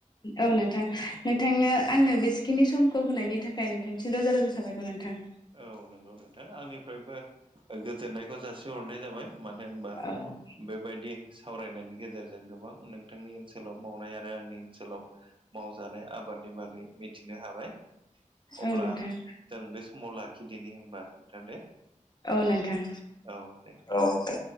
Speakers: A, on the left (about 30°); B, on the right (about 40°).
A: औ नोंथां नोंथांनो आंनो बेसेखिनि समखौ होनायनि थाखाय नोंथांनिसिम रोजा रोजा साबायखर नोंथां
B: औ नंगौ नोंथां आंनिफ्रायबो ओ गोजोननायखौ जासिहरनाय जाबाय। मादो होनबा
A: औ
B: बेबायदि सावरायनायनि गेजेरजों गोबां नोंथांनि ओनसोलाव मावनाय आरो आंनि ओनसोलाव मावजानाय आबादनि बागै मिथिनो हाबाय। अब्ला
A: औ नोंथां
B: जों बे समाव लाखिदिनि होमबा नोंथां दे।
A: औ नोंथां
B: औ दे गोजोन
A: औ दे